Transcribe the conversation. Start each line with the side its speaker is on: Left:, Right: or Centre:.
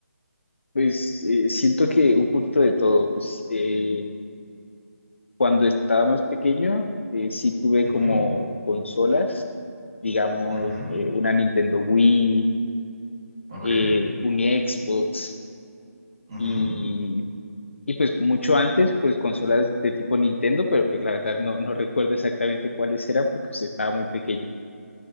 Left: Pues eh, siento que un poquito de todo, pues eh, cuando estaba más pequeño, eh, sí tuve
Right: Ujú,
Left: como consolas, digamos,
Right: ujú,
Left: eh, una Nintendo Wii,
Right: Ok,
Left: eh, un Xbox
Right: ujú,
Left: y, y pues mucho antes, pues consolas de tipo Nintendo, pero pues la verdad no, no recuerdo exactamente cuáles eran porque pues estaba muy pequeño.